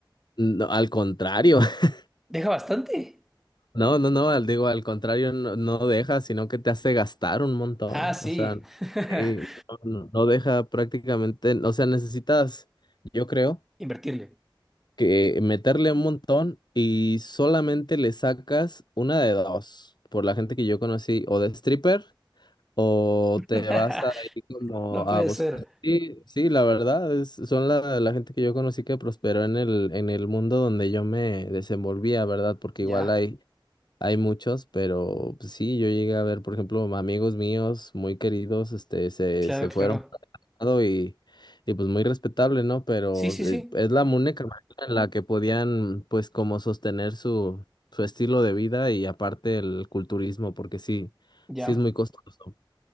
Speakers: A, on the left (about 55°); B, in the centre.
A: no, al contrario, <laughs>
B: ¿Deja bastante?
A: no, no, no, al, digo, al contrario, no, no deja, sino que te hace gastar un montón.
B: Ah, sí.
A: O sea,
B: <laughs>
A: sí, no, no deja prácticamente, o sea, necesitas, yo creo,
B: Invertirle.
A: que meterle un montón y solamente le sacas una de dos. Por la gente que yo conocí, o de stripper. ¿O
B: <laughs>
A: te vas ahí como
B: No puede
A: a buscar?
B: ser.
A: Sí, sí, la verdad, es, son la, la gente que yo conocí que prosperó en el, en el mundo donde yo me desenvolvía, ¿verdad? Porque
B: Ya,
A: igual hay, hay muchos, pero pues, sí, yo llegué a ver, por ejemplo, amigos míos muy queridos, este, se,
B: claro,
A: se
B: claro.
A: fueron por un lado y, y pues muy respetable, ¿no? Pero
B: Sí, sí, sí.
A: eh, es la única manera en la que podían, pues, como sostener su, su estilo de vida y aparte el culturismo, porque sí,
B: Ya.
A: sí es muy costoso.